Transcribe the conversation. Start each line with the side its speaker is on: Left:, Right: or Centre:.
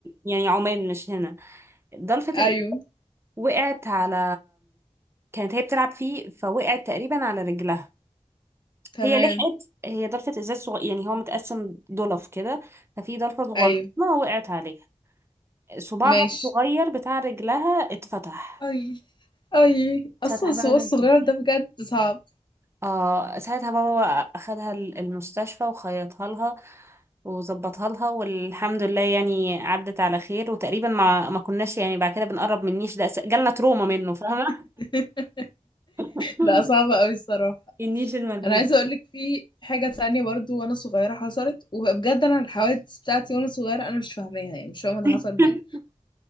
Right: يعني عمان مش هنا ضلفه
Left: ايوه
Right: ال... وقعت على كانت هي بتلعب فيه فوقعت تقريبا على رجلها
Left: تمام
Right: هي لحقت هي ضلفه ازاز صغ... يعني هو متقسم ضلف كده ففي ضلفه صغننه
Left: ايوه
Right: وقعت عليها صباعها
Left: ماشي
Right: الصغير بتاع رجلها اتفتح
Left: اي اي
Right: اتفتح
Left: اصلا السوق
Right: بقى ونزل
Left: الصغير ده بجد صعب
Right: اه ساعتها بابا بقى اخدها ال- المستشفى وخيطها لها وظبطها لها والحمد لله يعني عدت على خير وتقريبا ما ما كناش يعني بعد كده بنقرب من النيش ده أس- جالنا تروما منه فاهمة
Left: <laughs>
Right: <laughs>
Left: بقى صعب قوي الصراحه
Right: النيش الموجود
Left: انا عايزه اقول لك في حاجه تانية برضو وانا صغيره حصلت وبجد انا الحوادث بتاعتي وانا صغيره انا مش فاهماها يعني مش فاهمه ده
Right: <laughs>
Left: حصل ليه